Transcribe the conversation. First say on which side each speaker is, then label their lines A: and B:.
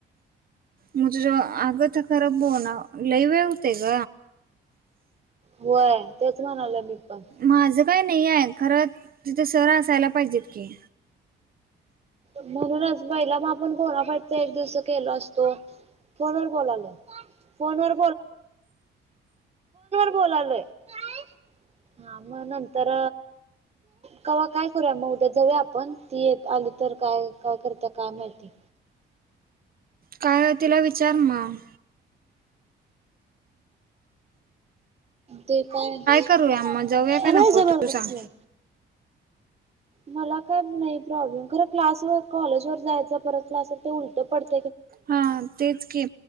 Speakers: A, on the right; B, on the right.
A: मजे ज आग ते खर बोना लई वेळ होतय ग
B: व्हय तेच म्हणालोय मी पण.
A: माझं काही नाही हाय खरं तिथं सर असायला पाहिजेत की.
B: म्हणूनच पहिला म आपण. बोनाफाईड एक दिवस केल असतो. फोन वर बोलालोय. फोन वर बोलालोय काय हा म नंतर कवा काय करूया म उद्या जऊया आपण. ती येत आली. तर काय-काय करत्या काय म्हाईती.
A: काय व्हय तिला विचार मग.
B: ते काय हा.
A: करूया
B: थांब
A: मग जाऊया का नको
B: ह. हेच्या बरोबर
A: तू सांग
B: बोल. मला काय नाही प्रॉब्लेम. खर क्लासवर कॉलेज वर जायच. परत क्लास ते उलट पडत.
A: हा तेच की